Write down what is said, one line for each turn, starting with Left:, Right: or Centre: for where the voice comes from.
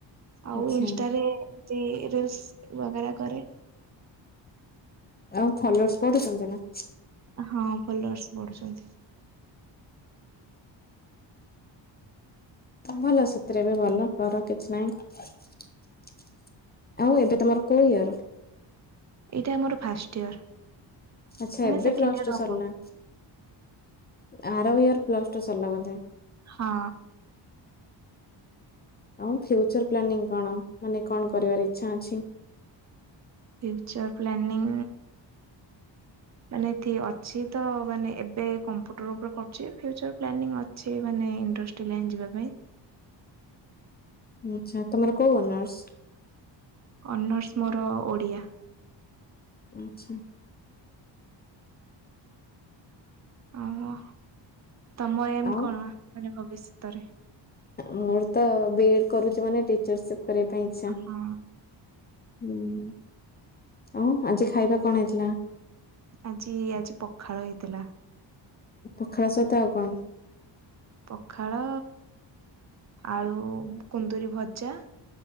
Right: ଆଉ
Left: ଆଚ୍ଛା
Right: ଇନଷ୍ଟା ରେ ରିଲସ ବଗେରା କରେ।
Left: ଆଉ ଫଲୋର୍ସ ବଢୁଛନ୍ତି ନା।
Right: ହଁ ଫଲୋର୍ସ ବଢୁଛନ୍ତି।
Left: ଭଲ ସେଥିରେ ବି ଭଲ କର କିଛି ନାହିଁ। ଆଉ ଏବେ ତମର କଉ ଇୟର?
Right: ଏଇଟା ଆମର ଫାଷ୍ଟ ଇୟର।
Left: ଆଚ୍ଛା
Right: ମାନେ
Left: ଏବେ
Right: ସେକେଣ୍ଡ
Left: ପ୍ଲଷ୍ଟୁ
Right: ଇୟର ହବ
Left: ସରିଲା। ଆର ୟଅର୍ ପ୍ଲସ୍ ଟୁ ସଲା ବଧେ।
Right: ହଁ।
Left: ଆ ଫ୍ୟୁଚର ପ୍ଲାନିଂ କଣ ମାନେ କଣ କରିବାର ଇଚ୍ଛା ଅଛି?
Right: Future planning. ମାନେ ଏଠି ଅଛି ତ ମାନେ ଏବେ କମ୍ପୁଟର ଉପରେ କରୁଛି ଫ୍ୟଚର ପ୍ଲାନିଂ ଅ ଅଛି ମାନେ ଇଣ୍ଡଷ୍ଟ୍ରି ଲାଇନ୍ ଯିବା ପାଇଁ।
Left: ଆଚ୍ଛା ତମର କୋଉ ଅନର୍ସ?
Right: ଅନର୍ସ ମୋର ଓଡ଼ିଆ।
Left: ଆଚ୍ଛା।
Right: ଓ ତମ ଏମ୍
Left: ଆଉ
Right: କଣ ମାନେ ଭବିଷ୍ୟତରେ।
Left: ମୋର ତ ବି ଏଡ କରୁଛି ମାନେ ଟିଚର ସିପ କରିବା ପାଇଁ ଇଚ୍ଛା।
Right: ହଁ
Left: ହୁଁ ଆଉ ଆଜି ଖାଇବା କଣ ହେଇଥିଲା?
Right: ଆଜି ଆଜି ପଖାଳ ହେଇଥିଲା।
Left: ପଖାଳ ସହିତ ଆଉ କଣ?
Right: ପଖାଳ ଆଳୁ କୁନ୍ଦୁରି ଭଜା।